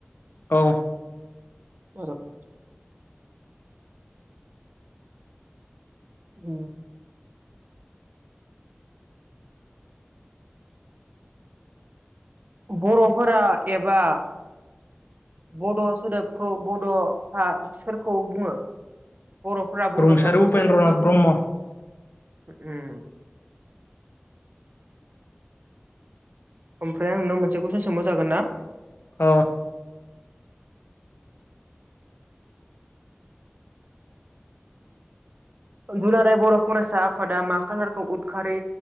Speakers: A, on the left; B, on the right.
A: औ।
B: <inaudible> उम। बर'फोरा एबा बड' सोदोबखौ बड'आ सोरखौ बुङो? बर'फोरा बड'फाखौ
A: रुंसारि उपेन्द्रनाथ
B: सोरखौ बुङो?
A: ब्रह्म
B: उम। ओमफ्राय आं नोंनाव मोनसे कुइसन सोंबाव जागोन ना?
A: अ।
B: दुलाराय बर' फरायसा आफादा मा खालारखौ उदखारि